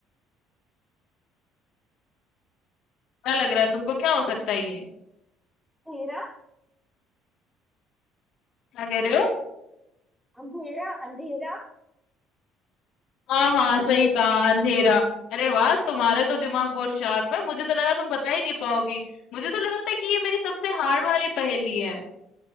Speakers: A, on the left; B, in the centre.
A: क्या लग रहा है तुमको क्या हो सकता है ये?
B: अंधेरा
A: क्या कह रहे हो?
B: अंधेरा अंधेरा
A: हाँ हाँ सही कहा अंधेरा। अरे वाह तुम्हारे तो दिमाग बहुत शार्प है मुझे तो लगा तुम बता ही नहीं पाओगी मुझे तो लगा था कि ये मेरी सबसे हार्ड वाली पहेली है